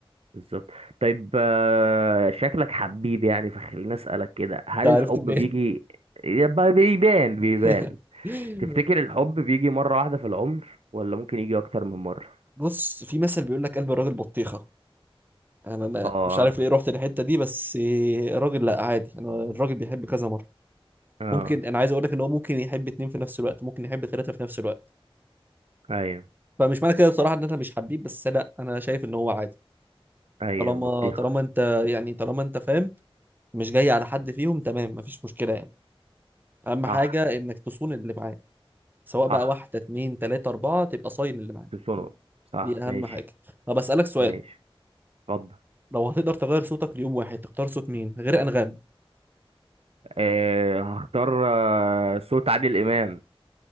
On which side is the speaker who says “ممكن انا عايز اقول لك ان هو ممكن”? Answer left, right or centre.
Right